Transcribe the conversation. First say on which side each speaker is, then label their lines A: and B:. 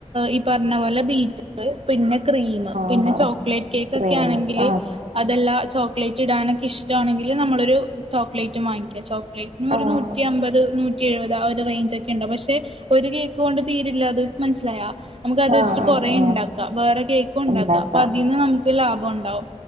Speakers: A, on the right; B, on the right.
A: ഈ പറഞ്ഞ പോലെ ബീറ്റ് പിന്നെ ക്രീമ് പിന്നെ
B: ആഹ്
A: ചോക്ലേറ്റ്
B: ആഹ്
A: കേക്ക്
B: ക്രീം
A: ഒക്കെ ആണെങ്കിൽ
B: ആഹ്
A: അതെല്ല ചോക്ലേറ്റ് ഇടാനൊക്കെ ഇഷ്ട്ടൊണെങ്കിൽ നമ്മളരു ചോക്ലേറ്റും വാങ്ങിക്ക്യാ ചോ ക്ലേറ്റിനു
B: ആഹ്
A: ഒരു നൂറ്റിഅമ്പത് നൂറ്റ് എഴുപതാ ഒരു റേഞ്ച് ഒക്കെ ഉണ്ട് പക്ഷെ ഒരു കേക്ക് കൊണ്ട് തീരില്ല അത് മനസ്സിലായാ നമുക്ക് അത്
B: ആഹ്
A: വെച്ചിട്ട്
B: ആഹ്
A: കുറേണ്ടാക്കാം
B: ആഹ്
A: വേറെ കേക്കും ണ്ടാക്കാം
B: ഉണ്ടാക്കാം
A: അപ്പൊ അതീന്ന് നമുക്ക് ലാഭം ഉണ്ടാവും